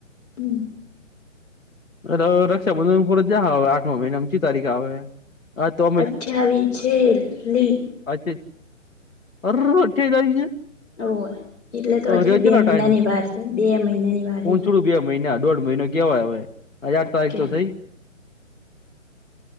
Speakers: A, on the left; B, on the left.
A: હમ
B: રક્ષાબંધન ઉપર જા હવે આઠમા મહિનામાં કઈ તારીખે આવે હા તો
A: અઠાવીસ છેલ્લી
B: અચ્છા અચ્છા અઠવીશ તારિક છે.
A: ઓ એટલે તો હજી
B: રહ્યો
A: તો બે
B: કેટલો
A: મહિનાની
B: ટાઈમ
A: વાર છે બે મહિનાની વાર
B: પોહચડું
A: હ
B: બે મહિના દોઢ મહિનો કેવાય હવે આજ આઠ તારીખ
A: કે
B: તો થઈ